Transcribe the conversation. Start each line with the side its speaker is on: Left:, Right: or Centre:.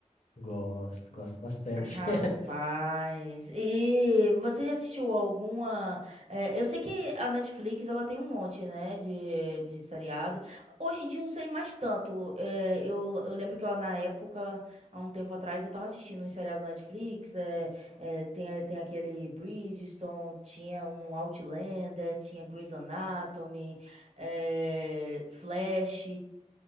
Left: Gosto, gosto bastante.
Right: Rapaz.
Left: <laughs>
Right: E você já assistiu alguma? eh, eu sei que a Netflix ela tem um monte, né, de, de seriado. Hoje em dia eu não sei mais tanto. eh, eu, eu lembro que eu, na época, há um tempo atrás, eu tava assistindo um seriado da Netflix. eh, eh, tem, tem aquele Bridgerton, tinha um Outlander, tinha Grey's Anatomy, eh, Flash.